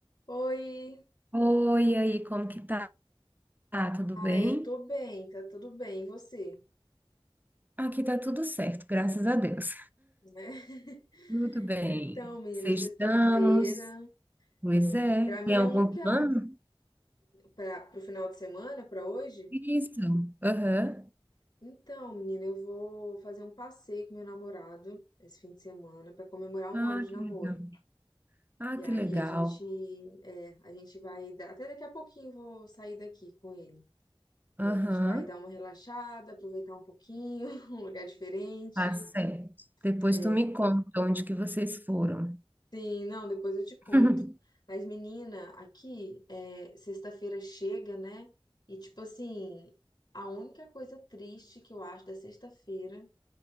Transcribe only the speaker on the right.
Oi, e aí, como que tá? Tá Tudo
bem?
Aqui tá tudo certo, graças a Deus.
Tudo bem.
Sextamos.
Pois
é.
Tem algum
plano?
Isso. Aham.
Ah,
que legal. Ah,
que
legal.
Aham.
Tá certo. Depois
tu me conta onde que vocês foram.
<laughs>